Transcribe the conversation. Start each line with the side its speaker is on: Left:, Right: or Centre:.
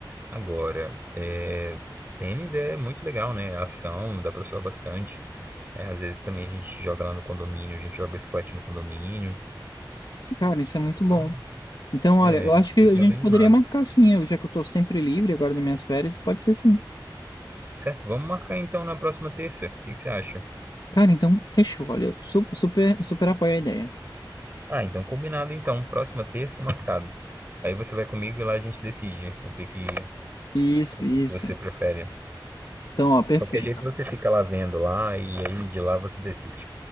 Right: Agora, é, tênis é muito legal, né? A ação, dá pra suar bastante. É, às vezes também a gente joga lá no condomínio, a gente joga squat no condomínio.
Left: Cara, isso é muito
Right: Então,
Left: bom. Então, olha,
Right: é,
Left: eu
Right: a gente
Left: acho que
Right: fica
Left: a gente
Right: bem
Left: poderia
Right: animado.
Left: marcar sim, eu- já que eu tô sempre livre agora nas minhas férias, pode ser sim.
Right: Certo, vamos marcar então na próxima terça. O que que você acha?
Left: Cara, então, fechou, olha, eu su- super, super apoio a ideia.
Right: Ah, então combinado então. Próxima terça, marcado. Aí você vai comigo e lá a gente decide o que que,
Left: Isso,
Right: o que
Left: isso.
Right: que você prefere.
Left: Então, ó, perfeito.
Right: De qualquer jeito você fica lá vendo lá e aí de lá você decide.